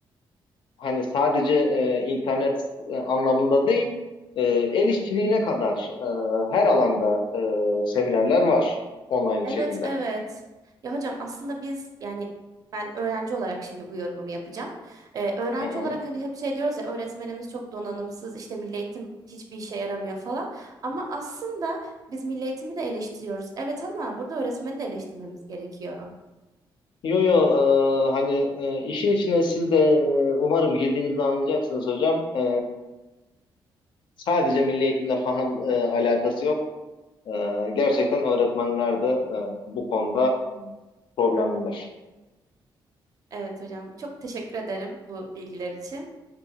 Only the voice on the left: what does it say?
hani sadece e, internet e, anlamında değil e, el işçiliğine kadar e, her alanda e, seminerler var online bir
şekilde.
Hı hı.
Yo yo e, hani e, işin içine siz de e, umarım girdiğinizde anlayacaksınız hocam. E, Sadece milli eğitimle falan e, alakası yok. E, gerçekten öğretmenler de e, bu konuda problemliler.